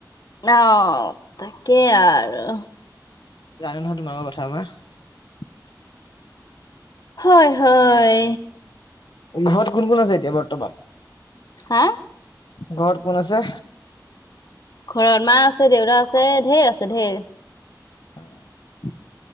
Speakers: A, on the left; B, on the left.
A: অ', তাকেই আৰু।
B: জানো নহয়, তোমাৰ কথা মই।
A: হয়, হয়।
B: ঘৰত কোন কোন আছে এতিয়া বৰ্তমান?
A: হা?
B: ঘৰত কোন আছে?
A: ঘৰত মা আছে, দেউতা আছে, ধেৰ আছে ধেৰ।
B: অ'।